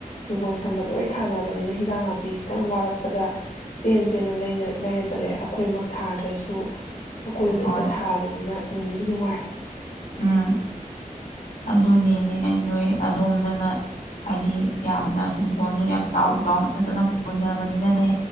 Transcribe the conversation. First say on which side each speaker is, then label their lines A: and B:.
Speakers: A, on the left (about 65°); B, on the left (about 85°).
A: ꯍꯤꯡꯈꯣꯜ ꯁꯝꯕ ꯂꯣꯏ ꯊꯥꯅꯕꯅꯤꯅ ꯍꯤꯟꯖꯥꯡ ꯅꯥꯄꯤ ꯈꯤꯇꯪ ꯋꯥꯠꯂꯛꯄ ꯑꯗ ꯆꯦꯟ ꯆꯦꯟꯅ ꯂꯩꯅ ꯂꯩꯔꯆꯠꯂꯦ ꯑꯩꯈꯣꯏꯃꯛ ꯊꯥꯗ꯭ꯔꯁꯨ ꯑꯀꯣꯏꯕꯁꯤꯗ
B: ꯍꯣꯏ
A: ꯊꯥꯕꯅꯤꯅ ꯅꯨꯡ ꯅꯨꯡꯉꯥꯏ
B: ꯎꯝ ꯑꯗꯨꯅꯤꯅꯦ ꯅꯣꯏ ꯑꯗꯣꯝꯗꯅ ꯍꯥꯏꯗꯤ ꯌꯥꯝꯅ ꯏꯪꯈꯣꯜꯗꯣ ꯌꯥꯝ ꯆꯥꯎꯅ ꯆꯥꯎꯅ ꯐꯖꯅ ꯀꯣꯏꯅꯕꯅꯤꯅꯅꯦ